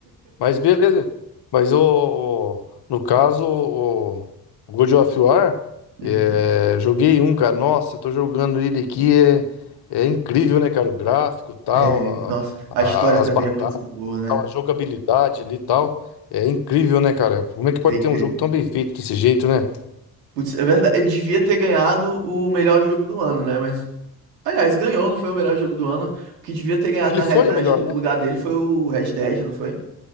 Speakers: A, on the left; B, on the right.
A: Mas beleza. Mas o, no caso, o, o God of War,
B: Uhum.
A: é, joguei um, cara. Nossa, eu tô jogando ele aqui, é, é incrível, né, cara? O gráfico, tal,
B: É, nossa,
A: a-
B: a
A: a-
B: história também
A: as batalhas,
B: é muito boa, né?
A: tal, a jogabilidade ali e tal. É incrível, né, cara? Como é que pode
B: É incrível.
A: ter um jogo tão bem feito desse jeito, né?
B: Putz, é verdade, ele devia ter ganhado o melhor jogo do ano, né? Mas, aliás, ganhou, não foi o melhor jogo do ano. O que devia ter ganhado,
A: Ele
B: na realidade,
A: foi o melhor,
B: no
A: né?
B: lugar dele foi o Red Dead, não foi?